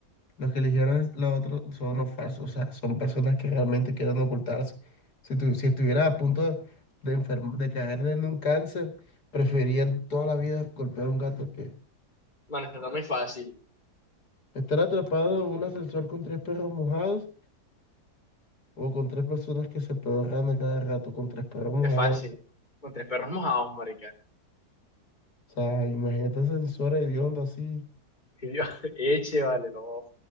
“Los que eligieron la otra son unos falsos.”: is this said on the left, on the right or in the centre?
Left